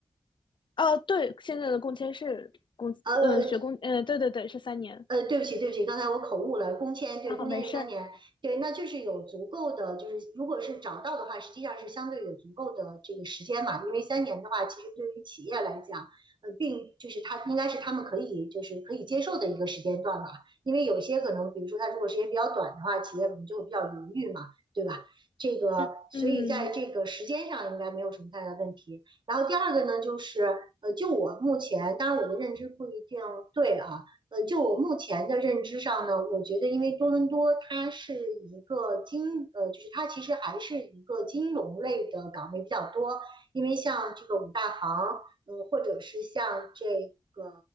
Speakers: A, on the left; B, on the right.
A: 哦，对，现在的工签是工，
B: 呃，
A: 嗯，呃学工，嗯，呃对对对，是三年
B: 呃，对不起，对不起，刚才我口误了。工签，对，
A: 啊，
B: 工签是三年，
A: 没事儿，
B: 对，那就是有足够的，就是如果是找到的话，实际上是相对有足够的这个时间嘛。因为三年的话，其实对于企业来讲，呃，并就是他应该是他们可以就是可以接受的一个时间段嘛。因为有些可能，比如说他如果时间比较短的话，企业可能就会比较犹豫嘛，对吧？这个，
A: 嗯嗯
B: 所以在这个时间上应该没有什么太大问题。然后第二个呢，就是呃，就我目前，当然我的认知不一定对啊。呃，就我目前的认知上呢，我觉得因为多伦多它是一个金，呃，就是它其实还是一个金融类的岗位比较多，因为像这个五大行，嗯、呃或者是像这个